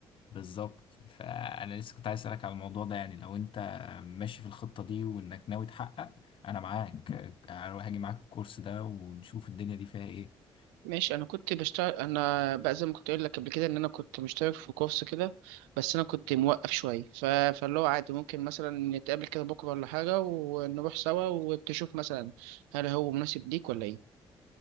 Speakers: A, on the left (about 45°); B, on the right (about 75°).
A: بالظبط فانا لسه كنت عايز اسالك على الموضوع ده يعني لو انت ماشي في الخطه دي وانك ناوي تحقق انا معاك هروح اجي معاك الكورس ده ونشوف الدنيا دي فيها ايه
B: ماشي انا كنت بشتغل انا بقى زي ما كنت اقول لك قبل كده ان انا كنت مشترك في كورس كده بس انا كنت موقف شويه ف... فاللي هو عادي ممكن مثلا نتقابل كده بكره ولا حاجه ونروح سوا وتشوف مثلا هل هو مناسب ليك ولا ايه